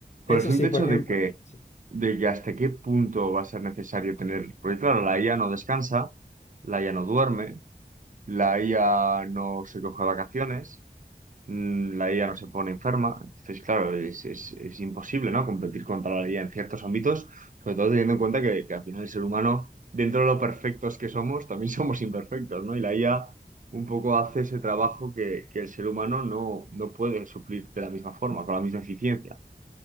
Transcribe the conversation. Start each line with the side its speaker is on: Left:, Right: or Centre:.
Right: Por
Left: Eso
Right: el simple
Left: sí, por
Right: hecho
Left: ejemplo.
Right: de que,
Left: Sí.
Right: de que hasta qué punto va a ser necesario tener, porque claro, la IA no descansa, la IA no duerme, la IA no se coge vacaciones mm, la IA no se pone enferma. Entonces, claro, es, es- es imposible, ¿no? Competir contra la IA en ciertos ámbitos, sobre todo teniendo en cuenta que, que al final el ser humano, dentro de lo perfectos que somos, también <laughs> somos imperfectos, ¿no? Y la IA un poco hace ese trabajo que, que el ser humano no, no puede suplir de la misma forma, con la misma eficiencia.